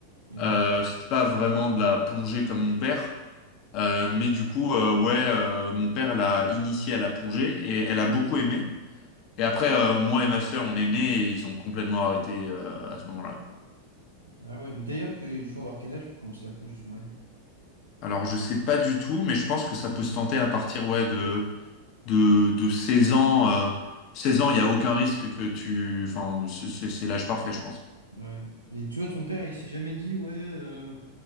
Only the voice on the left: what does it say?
Euh, c'était pas vraiment de la plongée comme mon père. Euh, mais du coup, euh, ouais, euh, mon père l'a initiée à la plongée et elle a beaucoup aimé. Et après, euh, moi et ma sœur, on est nés et ils ont complètement arrêté euh, à ce moment-là.
Alors, je sais pas du tout, mais je pense que ça peut se tenter à partir ouais, de, de, de 16 ans. euh, 16 ans, il n'y a aucun risque que tu... Enfin, c'est c'est- c'est l'âge parfait, je pense.